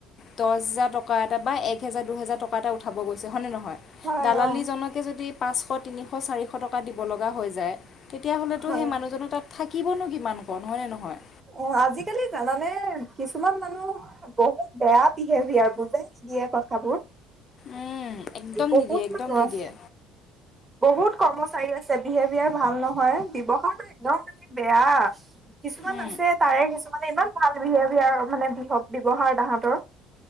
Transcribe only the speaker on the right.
হয়
অ
হয়
অ আজিকালি জানা নে মানে কিছুমান মানুহ বহুত বেয়া বিহেভিয়াৰ বুজাই নিদিয়ে কথাবোৰ।
বহুত
মানু্হ
আছে। বহুত কৰ্মচাৰী আছে বিহেভিয়াৰ ভাল নহয় ব্যৱসায়টো একদম মানে বেয়া কিছুমান
আ কিছুমানে ইমান ভাল বিহেভিয়াৰ মানে বিহ ব্যৱহাৰ তাহতৰ।